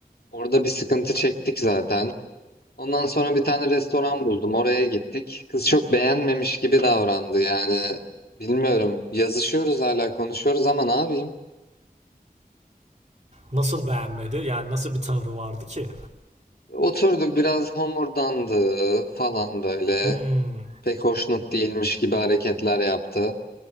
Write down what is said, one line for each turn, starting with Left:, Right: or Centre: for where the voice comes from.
Left: Orada bir sıkıntı çektik zaten. Ondan sonra bir tane restoran buldum. Oraya gittik. Kız çok beğenmemiş gibi davrandı. Yani bilmiyorum. Yazışıyoruz hala konuşuyoruz ama ne yapayım?
Right: Nasıl beğenmedi? Yani nasıl bir tavrı vardı ki?
Left: Oturduk biraz homurdandı falan böyle.
Right: Hmm.
Left: Pek hoşnut değilmiş gibi hareketler yaptı.